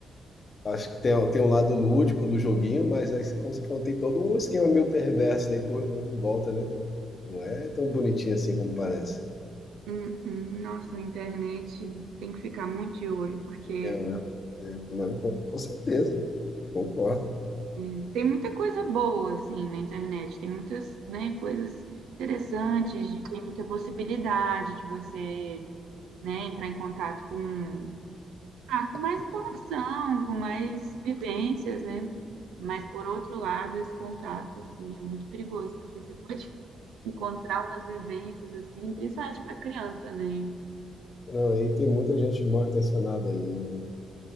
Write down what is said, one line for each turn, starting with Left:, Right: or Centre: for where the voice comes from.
Left: acho que tem, tem um lado lúdico do joguinho, mas aí, como você falou, tem todo um esquema meio perverso aí por, em volta, né? Não é tão bonitinho assim como parece.
Right: Hum, hum, Nossa, a internet tem que ficar muito de olho, porque
Left: É, é, mas com certeza, concordo.
Right: hum, tem muita coisa boa, assim, na internet. Tem muitas, né, coisas interessantes, de- tem muita possibilidade de você, né, entrar em contato com Ah, com mais informação, com mais vivências, né? Mas, por outro lado, esse contato, assim, é muito perigoso, porque você pode <laughs> encontrar umas vivências, assim, principalmente para criança, né?
Left: Não, aí tem muita gente mal intencionada aí.